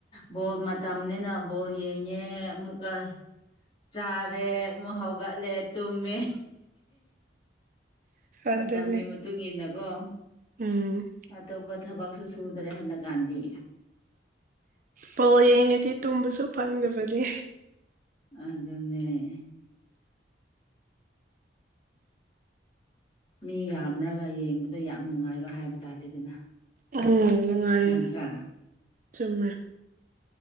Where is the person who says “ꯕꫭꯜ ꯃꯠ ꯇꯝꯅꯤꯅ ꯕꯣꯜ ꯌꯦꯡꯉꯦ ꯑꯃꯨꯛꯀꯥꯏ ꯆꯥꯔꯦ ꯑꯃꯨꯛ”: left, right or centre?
Left